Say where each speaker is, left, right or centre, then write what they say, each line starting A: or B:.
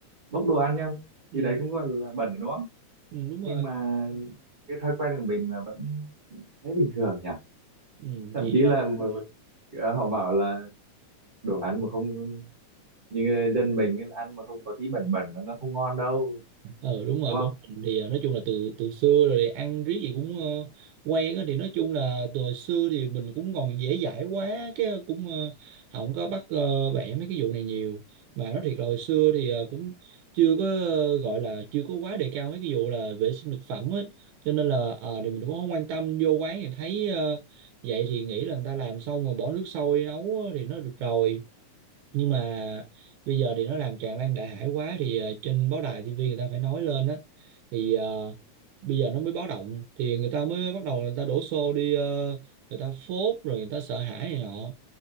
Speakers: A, on the right; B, on the right.
A: bốc đồ ăn nhá
B: ừ,
A: thì đấy cũng gọi là bẩn đúng không
B: ừ, đúng
A: nhưng
B: rồi
A: mà cái thói quen của mình là vẫn thấy bình thường nhỉ
B: ừ,
A: thậm
B: thì
A: chí là mà- ờ, họ bảo là đồ ăn mà không như dân mình ấy, ăn mà không có tí bẩn bẩn nó nó không ngon đâu
B: ừ đúng rồi
A: đúng không
B: bên mình thì ờ, nói chung là từ từ xưa rồi thì ăn riết gì cũng ờ, quen á thì nói chung là từ hồi xưa thì mình cũng còn dễ dãi quá cái cũng ờ, không có bắt ờ, bẻ mấy cái vụ này nhiều mà nói thiệt là hồi xưa thì ờ, cũng chưa có ờ, gọi là chưa có quá đề cao mấy cái vụ là vệ sinh thực phẩm á cho nên là ờ, thì mình cũng không quan tâm vô quán thì thấy ờ, vậy thì nghĩ là người ta làm xong rồi bỏ nước sôi nấu á thì nó được rồi nhưng mà bây giờ thì nó làm tràn lan đại hải quá thì ờ, trên báo đài tivi người ta phải nói lên á thì ờ, bây giờ nó mới báo động thì người ta mới bắt đầu người ta đổ xô đi ờ, người ta phốt rồi người ta sợ hãi này nọ